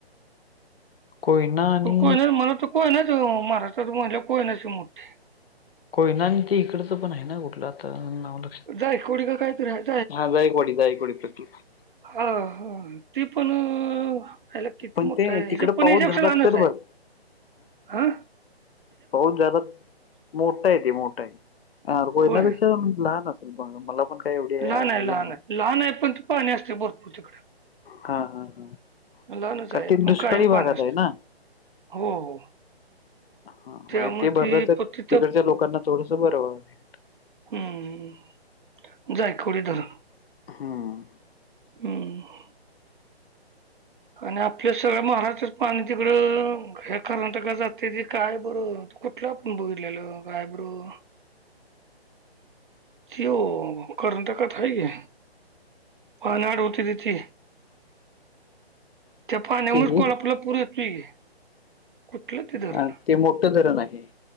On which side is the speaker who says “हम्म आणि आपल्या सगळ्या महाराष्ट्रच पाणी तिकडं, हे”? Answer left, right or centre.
Right